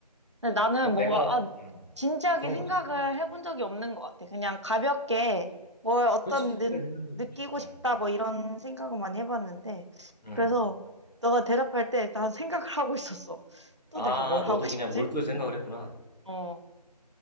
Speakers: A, on the right (about 45°); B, on the left (about 80°).
A: 근데 나는
B: 그러니까
A: 뭔가,
B: 내가
A: 아,
B: 음,
A: 진지하게
B: 그런
A: 생각을
B: 거지. 음.
A: 해본 적이 없는 것 같아. 그냥 가볍게 뭘 어떤
B: 그렇지, 진짜
A: 느,
B: 생각이
A: 느끼고
B: 없지 음.
A: 싶다 뭐 이런 생각을 많이 해봤는데
B: 음.
A: 그래서 너가 대답할 때 난 생각을 하고 있었어. 또
B: 아,
A: 내가 뭘 하고
B: 너도
A: 싶지?
B: 그냥 몰두해 생각을
A: 응.
B: 했구나.
A: 어,